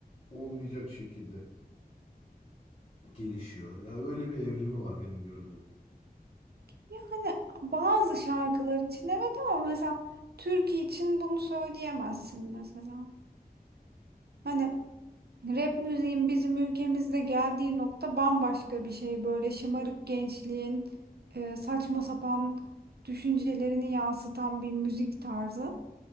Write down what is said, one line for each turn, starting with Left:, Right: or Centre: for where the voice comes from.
Left: olmayacak şekilde gelişiyor. Yani öyle bir evrimi var benim gördüğüm.
Right: Yani bazı şarkılar için evet ama mesela türkü için bunu söyleyemezsin mesela. Hani rap müziğin bizim ülkemizde geldiği nokta bambaşka bir şey. Böyle şımarık gençliğin e, saçma sapan düşüncelerini yansıtan bir müzik tarzı